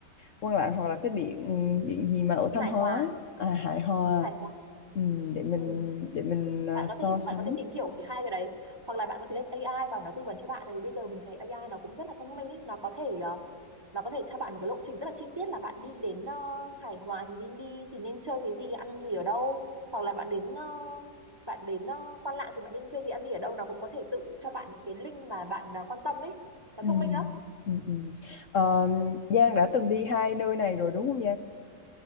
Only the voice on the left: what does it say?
Quan Lạng hoặc là cái biển biển gì mà ở Thanh
Hóa
à Hải Hòa
Ừm, để mình
để mình ờ,
so
sánh
Ừm,
ừm, ừm. Ờ, Giang đã từng đi hai nơi này rồi đúng không